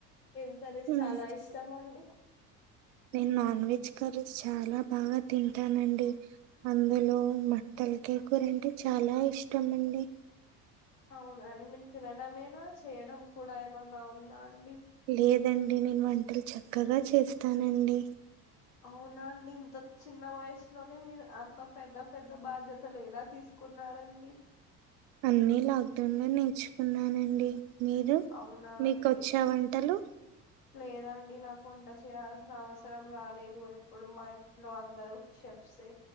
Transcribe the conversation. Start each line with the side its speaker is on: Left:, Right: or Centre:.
Left: ఏం కర్రీస్
Right: మ్మ్.
Left: చాలా ఇష్టం అండి
Right: నేను నాన్ వెజ్ కర్రీ చాలా బాగా తింటా తింటానండి అందులో మటన్ తలకాయ కూర అంటే చాలా ఇష్టం అండి
Left: అవునండి మీరు తినడమేనా చేయడం కూడా ఏమన్నా ఉందా అండి
Right: లేదండి నేను వంటలు చక్కగా చేస్తానండి
Left: అవునా అండి ఇంత చిన్న వయసులోనే మీరు అంత పెద్ద పెద్ద బాధ్యతలు ఎలా తీసుకున్నారండి
Right: అన్ని లాక్ డౌన్ లో నేర్చుకున్నానండి మీరు
Left: అవునా
Right: మీకు
Left: అండి
Right: వచ్చే వంటలు
Left: లేదండి నాకు వంట చేయాల్సిన అవసరం రాలేదు ఎప్పుడు మా ఇంట్లో అందరు షెఫ్సే